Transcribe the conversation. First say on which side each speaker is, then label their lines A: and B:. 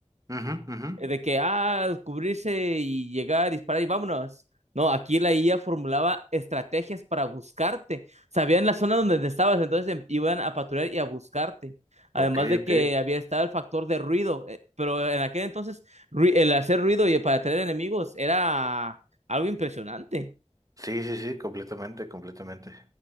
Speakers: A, on the right; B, on the right.
A: Ujú, ujú.
B: eh, de que, ah, cubrirse y llegar, disparar y vámonos. No, aquí la IA formulaba estrategias para buscarte. Sabían la zona donde te estabas, entonces em- iban a patrullar y a buscarte. Además
A: Ok,
B: de
A: ok.
B: que había estado el factor de ruido, eh, pero en aquel entonces ru- el hacer ruido y para atraer enemigos era algo impresionante.
A: Sí, sí, sí, completamente, completamente.